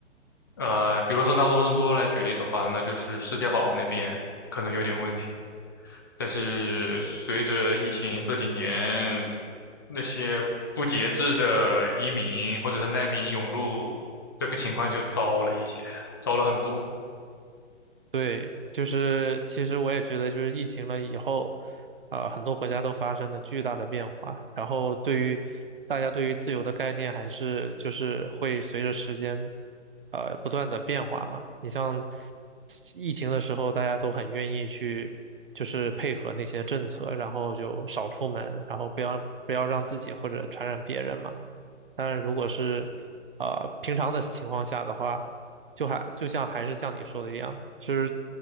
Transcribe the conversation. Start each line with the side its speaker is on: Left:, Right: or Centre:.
Left: 呃，比如说拿多伦多来举例的话，那就是世界堡那边可能有点问题。但是随着疫情这几年，那些不节制的移民或者是难民涌入，这个情况就糟了一些，糟了很多。
Right: 对，就是其实我也觉得，就是疫情了以后，呃，很多国家都发生了巨大的变化，然后对于大家对于自由的概念，还是就是会随着时间，呃，不断的变化嘛。你像疫情的时候，大家都很愿意去，就是配合那些政策，然后就少出门，然后不要不要让自己或者传染别人嘛。但是如果是啊呃平常的情况下的话，就还就像还是像你说的一样，就是